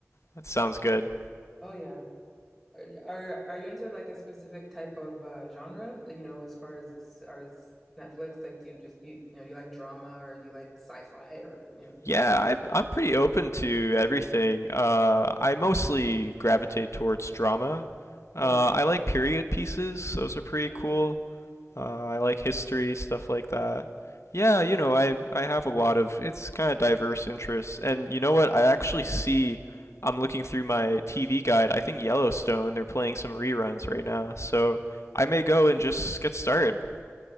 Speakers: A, on the left; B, in the centre.
A: That sounds good.
B: Oh, yeah. Are, are are you into like a specific type of uh, genre? like, You know, as far as as Netflix, like, do you just you, you know you like drama or you like sci-fi or you know?
A: Yeah, I, I'm pretty open to everything. Uh, I mostly gravitate towards drama.
B: Yeah.
A: Uh, I like period pieces; those are pretty
B: Okay.
A: cool. Uh, I like history stuff like that. Yeah, you know, I I have a lot of it's kind of diverse interests, and you know what? I actually see. I'm looking through my TV guide. I think Yellowstone. They're playing some reruns right now, so I may go and just get started. <laughs>